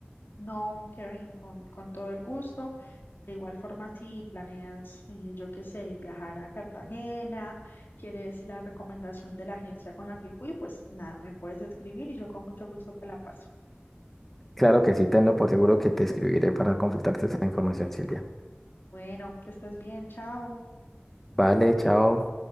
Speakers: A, on the left; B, in the centre.
A: No, Kevin, con, con todo el gusto. De igual forma, si planeas, eh, yo qué sé, viajar a Cartagena, quieres la recomendación de la agencia con la que fui, pues nada, me puedes escribir y yo con mucho gusto te la paso.
B: Claro que sí, tenlo por seguro que te escribiré para consultarte esa información, Silvia.
A: Bueno, que estés bien, chao.
B: Vale, chao.